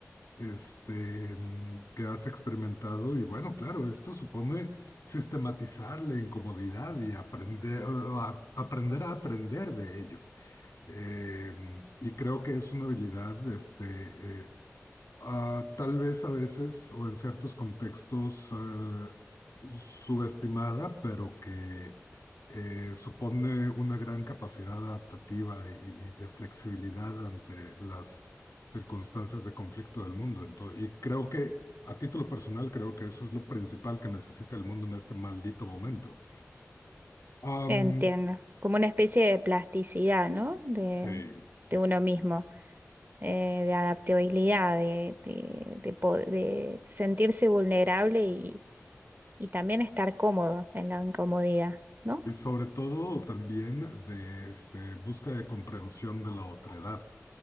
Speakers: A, on the left; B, on the right.
A: este, mm, que has experimentado. Y bueno, claro, esto supone sistematizar la incomodidad y aprender, o a- aprender a aprender de ello. Eh, y creo que es una habilidad este, eh, Ah, tal vez a veces o en ciertos contextos eh, subestimada, pero que eh, supone una gran capacidad adaptativa y, y de flexibilidad ante las circunstancias de conflicto del mundo. Entonces, y creo que a título personal creo que eso es lo principal que necesita el mundo en este maldito momento. Am,
B: Entiendo, como una especie de plasticidad, ¿no? De,
A: sí, sí,
B: de uno
A: sí,
B: mismo.
A: sí.
B: eh, de adaptabilidad, de, de- de po- de sentirse vulnerable y, y también estar cómodo en la incomodidad, ¿no?
A: Y sobre todo también de este, busca de comprensión de la otredad.